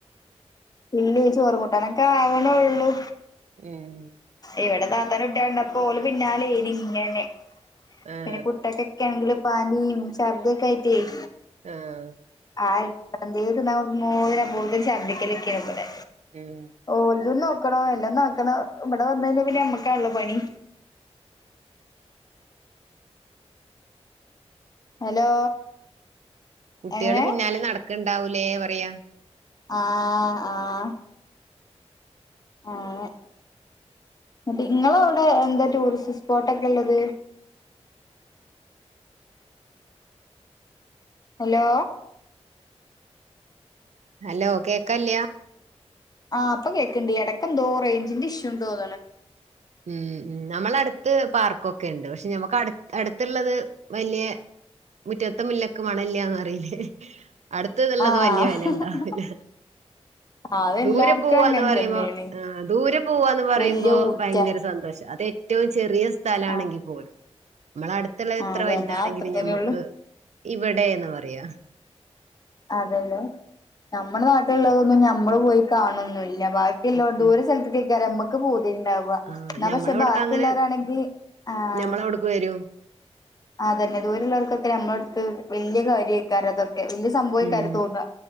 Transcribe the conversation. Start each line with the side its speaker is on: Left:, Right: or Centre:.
Left: ഇല്ലേയ് ചോറും കൂട്ടാനൊക്കെ ആവ്ണൊള്ളു.
Right: ഉം
Left: ഇവിടെ താത്താന്റെ കുട്ടിയാള് ണ്ടായപ്പോ ഓലെ പിന്നാലേനി ഇങ്ങനെ.
Right: ആഹ്
Left: പിന്നെ ഫുടൊക്കൊക്കാണെങ്കില് പാനീം ഛർദിഒക്കെ ആയിറ്റെയ്‌
Right: ആഹ്
Left: ആഹ് എന്തേലും <unintelligible> മോന് അപ്പോത്തിന് ഛർദ്ദിക്കലൈക്കാരംബടെ
Right: ഉം
Left: ഓൽതും നോക്കണം എല്ലം നോക്കണം ഇവിടെ വന്ന് കഴിഞ്ഞാ പിന്നെ നമ്മക്കാണല്ലോ പണി ഹലോ
Right: കുട്ട്യള്
Left: എങ്ങനെ
Right: പിന്നാലെ നടക്ക്ണ്ടാവൂലേ പറയാ
Left: ആഹ് ആഹ് അങ്ങനെ ന്ന്ട്ട് ഇങ്ങളൗടെ എന്താ ടൂറിസ്റ്റ്സ്പോട്ടൊക്കെള്ളത് ഹലോ
Right: ഹലോ കേക്കാല്യാ
Left: ആഹ് പ്പ കേക്ക്ണ്ട് എടക്ക് എന്തോ റേഞ്ചിന്റെ ഇഷ്യൂ ഇണ്ടോന്ന്ണ്
Right: ഉം ഉം നമ്മളട്ത്ത് പാർക്കൊക്കെ ഇണ്ട് പക്ഷേ ഞമ്മക്കട് അട്ത്ത്ള്ളത് വല്യെ മുറ്റത്തമുല്ലക്ക് മണല്ലാന്ന് പറീല്ലേ അട്ത് ന്ന്ള്ളത്
Left: ആഹ്
Right: വല്യ വെലണ്ടാവൂല
Left: അതെല്ലാർക്കും
Right: ദൂരെ പോവാന്ന്
Left: അങ്ങനെ
Right: പറയുമ്പോ
Left: തന്നെയാണ്
Right: ആഹ് ദൂരെ പോവാന്ന് പറയുമ്പോ
Left: വല്യ ഊറ്റ
Right: ഭയങ്കര സന്തോഷാ അത് ഏറ്റവും ചെറിയ സ്ഥലം ആണെങ്കിൽ
Left: ആഹ്
Right: പോലും നമ്മളട് ത്ത്ള്ളെ
Left: ആഹ്
Right: എത്ര
Left: അതന്നെ
Right: വലുതാണെങ്കിലും
Left: അത് അത്ര തന്നെയുള്ളു
Right: ഞമ്മക്ക് ഇവിടെ എന്ന് പറയാ
Left: അതെല്ലേ ഞമ്മളെ നാട്ട്ള്ളതൊന്നും ഞമ്മള് പോയി കാണൊന്നുല്ല ബാ ക്കില്ലോ
Right: ഉം
Left: ദൂര സെൽത്ത്ക്കെ യ്ക്കരം ഞമ്മക്ക് പൂതി ഇണ്ടാവ
Right: ആഹ്
Left: ന്നാ
Right: ഞമ്മളവിടക്ക്
Left: പക്ഷേ ബാക്കിള്ളോരാണെങ്കി
Right: അങ്ങനെ
Left: ആഹ്
Right: ഞമ്മളവിടക്ക് വരും
Left: അതെന്നെ ദൂരള്ളോൽക്കൊക്കെ നമ്മളെ അട്ത്ത് വല്യ കാര്യെയ്ക്കാരം ഇതൊക്കെ വല്യ സംഭവെയ്ക്കാരം
Right: ഉം
Left: തോന്ന